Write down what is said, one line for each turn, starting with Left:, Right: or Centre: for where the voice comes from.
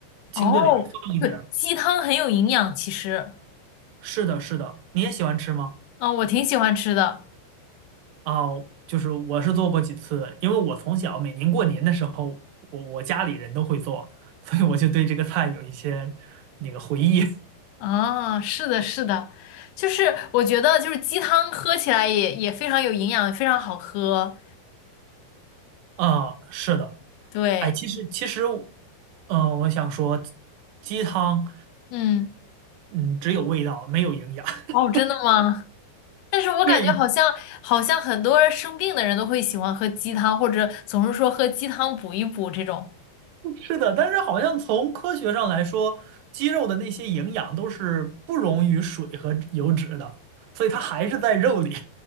Right: 清炖里边放一点。
Left: 哦，对，鸡汤很有营养，其实，
Right: 是的，是的，你也喜欢吃吗？
Left: 嗯、我挺喜欢吃的。
Right: 啊，就是我是做过几次，因为我从小每年过年的时候，我我家里人都会做，所以我就对这个菜有一些那个回忆。
Left: 啊，是的，是的，就是我觉得就是鸡汤喝起来也也非常有营养，非常好喝。
Right: 啊，是的，
Left: 对，
Right: 哎，其实其实，嗯、我想说，鸡汤，
Left: 嗯，
Right: 嗯，只有味道，没有营养。<laughs>
Left: 哦，真的吗？但是我感觉好像好像很多人生病的人都会喜欢喝鸡汤，
Right: 对，
Left: 或者总是说喝鸡汤补一补这种。
Right: 是的，但是好像从科学上来说，鸡肉的那些营养都是不溶于水和油脂的，所以它还是在肉里。